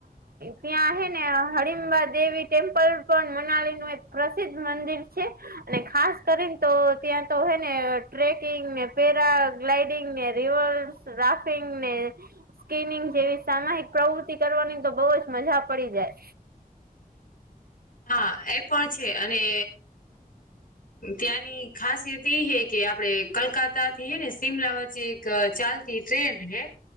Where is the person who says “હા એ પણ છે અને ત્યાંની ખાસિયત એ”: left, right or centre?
Left